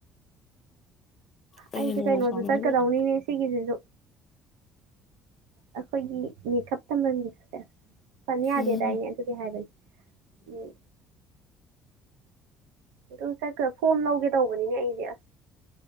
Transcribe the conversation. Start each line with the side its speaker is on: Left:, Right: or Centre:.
Left: ꯑꯩꯗꯤ
Right: ꯑꯩꯁꯦ
Left: ꯅꯣꯡꯃ
Right: ꯀꯩꯅꯣꯁꯨ
Left: ꯄꯥꯟꯕ
Right: ꯆꯠꯀꯗꯧꯅꯤꯅꯦ
Left: ꯅꯨꯃꯤꯠꯇ
Right: ꯁꯤꯒꯤꯁꯤꯁꯨ ꯑꯩꯈꯣꯏꯒꯤ ꯃꯦꯀꯞꯇ ꯂ ꯆꯁ ꯐꯟ ꯌꯥꯗꯦꯗꯏꯅꯦ
Left: ꯎꯝ
Right: ꯑꯗꯨꯒꯤ ꯍꯥꯏꯕꯅꯦ ꯎꯝ ꯑꯗꯨꯝ ꯆꯠꯈ ꯐꯣꯝ ꯂꯧꯒꯦ ꯇꯧꯕꯅꯤꯅꯦ ꯑꯩꯗꯤ ꯑꯁ